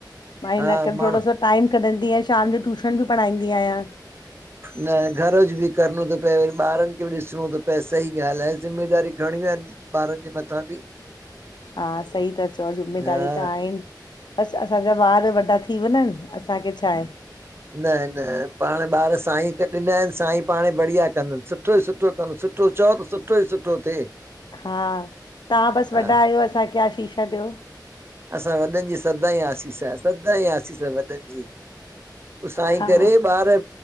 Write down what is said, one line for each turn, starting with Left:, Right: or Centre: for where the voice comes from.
Left: मां हिन
Right: हा
Left: करे
Right: माण्हू
Left: थोरो सो टाइम कढंदी आहियां शाम जो टूशन बि पढ़ाईंदी आहियां।
Right: न घर जो बि करिणो थो पए वरी ॿारनि खे बि ॾिसणो थो पए सही ॻाल्हि आहे ज़िमेदारी घणियूं आहिनि। ॿारनि जे मथां बि
Left: हा सही त चओ जिम्मेदारी
Right: हा
Left: त आहिनि। ॿसि असांजा ॿार वॾा थी वञनि असांखे छा आहे।
Right: न न पाण ॿार साईं त ॾिना आहिनि साईं पाण बढ़िया कंदुनि। सुठ सुठो ई सुठो कनि सुठो चओ त सुठो ई सुठो थिए।
Left: हा तां बस
Right: हा
Left: वॾा आयो असांखे आशिषा ॾियो।
Right: असां वॾनि जी सदा ई आसींस आ सदा ई आसींस आ वॾनि जी। साईं
Left: हा
Right: करे ॿार